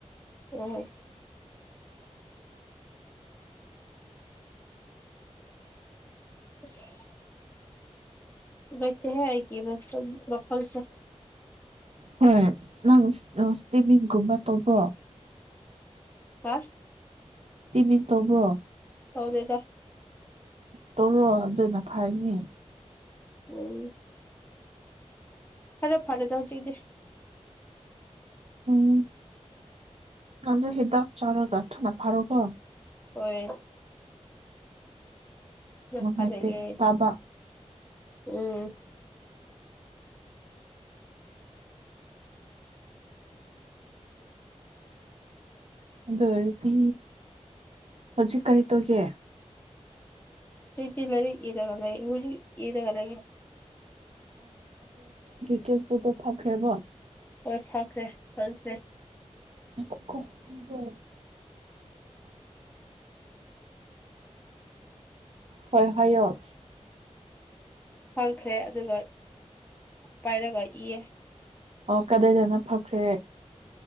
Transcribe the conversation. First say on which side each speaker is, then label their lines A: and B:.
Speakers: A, on the left (about 15°); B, on the right (about 60°).
A: ꯎꯝ <unintelligible> ꯂꯩꯇ ꯍꯒꯤ ꯂꯐꯜꯁꯦ
B: ꯍꯣꯏ ꯅꯪ ꯏꯁꯇꯤꯃꯤꯡꯒꯨꯝꯕ ꯇꯧꯕ꯭ꯔꯣ
A: ꯍꯥ
B: ꯏꯁꯇꯤꯃꯤꯟ ꯇꯧꯕ꯭ꯔꯣ
A: ꯍꯧꯗꯦꯗ
B: ꯇꯣꯔꯣ ꯑꯗꯨꯅ ꯐꯥꯏꯅꯤ
A: ꯎꯝ ꯈꯔꯦ ꯐꯔꯦꯗ ꯍꯧ ꯆꯖꯦ
B: ꯎꯝ ꯀꯥꯟꯗ ꯍꯤꯗꯥꯛ ꯆꯥꯔꯒ ꯊꯅꯥ ꯐꯥꯔꯣꯒꯣ
A: ꯍꯣꯏ
B: ꯅꯨꯡꯉꯥꯏꯇꯦ
A: ꯐꯔꯒꯦ
B: ꯇꯥꯕ
A: ꯎꯝ
B: ꯑꯗꯨ ꯑꯣꯏꯔꯗꯤ ꯍꯧꯖꯤꯛ ꯀꯔꯤ ꯇꯧꯒꯦ
A: <inaudible> ꯖꯤꯂꯔꯤ ꯏꯔꯒꯂ ꯏ ꯏꯔꯒꯂ
B: ꯀꯦꯁꯕꯨ ꯐꯛꯈ꯭ꯔꯦꯕꯣ
A: ꯍꯣꯏ ꯐꯈ꯭ꯔꯦ ꯐꯪꯈ꯭ꯔꯦ
B: ꯣ ꯀ ꯍꯣ ꯍꯣꯏ ꯍꯌꯣ
A: ꯐꯪꯈ꯭ꯔꯦ ꯑꯗꯨꯒ ꯄꯥꯏꯔꯒ ꯏꯌꯦ
B: ꯑꯣ ꯀꯗꯥꯏꯗꯅ ꯐꯈ꯭ꯔꯦ